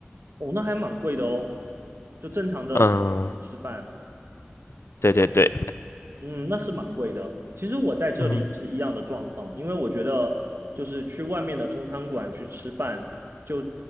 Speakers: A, on the right; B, on the left.
A: 哦，那还蛮贵的哦，就正常的餐厅吃饭。
B: 嗯，对对对，
A: 嗯，那是蛮贵的。其实我在这里是一样的状况，
B: 嗯，
A: 因为我觉得就是去外面的中餐馆去吃饭，就